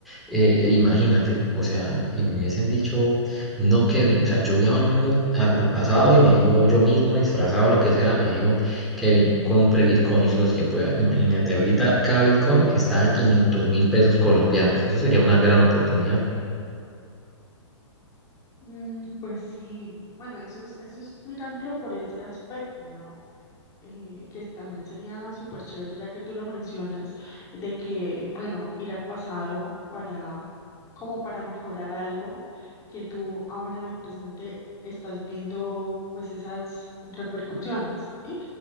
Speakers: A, in the centre; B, on the left.
A: eh, e imagínate, o sea, y me hubiesen dicho, no, Kevin, o sea, yo viajo al mismo, al, al pasado y me digo yo mismo, disfrazado, lo que sea, me digo, Kevin, compre bitcoins los que pueda. Imagínate, ahorita cada bitcoin está a 500 mil pesos colombianos. Eso sería una gran oportunidad.
B: Mm, pues sí, bueno, eso es, eso es mirándolo por ese aspecto, ¿no? eh, que también sería súper chévere, ya que tú lo mencionas, de que, bueno, ir al pasado para, como para mejorar algo que tú ahora en el presente estás viendo, pues esas repercusiones, ¿sí?